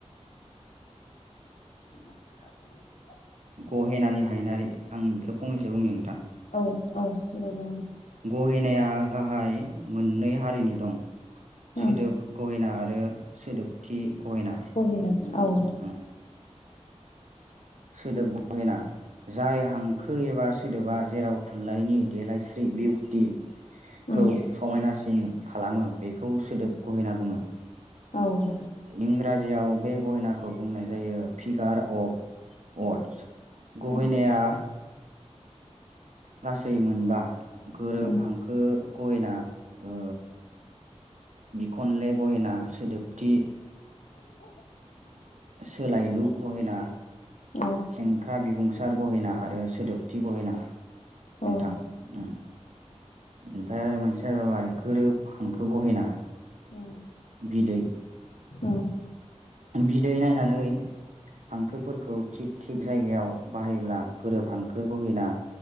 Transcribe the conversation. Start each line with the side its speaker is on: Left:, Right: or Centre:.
Left: <unintelligible>
Right: गहेनानि हायनारि आं बेखौ फंनैसो बुंनि
Left: औ औ दे बुं नोंथां।
Right: गहेनाया दा गाहाय मोननै हारिनि दं सोदोब
Left: उम
Right: गहेना आरो सोदोबथि गहेना
Left: बहला औ
Right: उम सोदोब गहेना जाय हांखो एबा सोदोबा जेराव थुनलाइनि देलायस्रि बिउटि
Left: उम
Right: खौ समायनासिन खालामो बेखौ सोदोब गहेना बुङो
Left: औ
Right: इंराजियाव बे गहेनाखौ बुंनाय जायो फिगार अफ अर्टस गहेनाया
Left: उम
Right: गासै मोनबा गोरोब
Left: उम
Right: हांखो गहेना ओ बिखनले गहेना सोदोबथि
Left: <unintelligible>
Right: सोलायलु गहेना
Left: औ
Right: खेंख्रा बिबुंसार गहेना आरो सोदोबथि गहेना
Left: औ
Right: नोंथां उम ओमफ्राय आरो मोनसे जाबाय गोरोब हांखो गहेना
Left: उम
Right: बिदै-
Left: औ उम
Right: बिदै नायनानै हांखोफोरखौ थिग थिग जायगायाव बाहायोब्ला गोरोबहांखो गहेना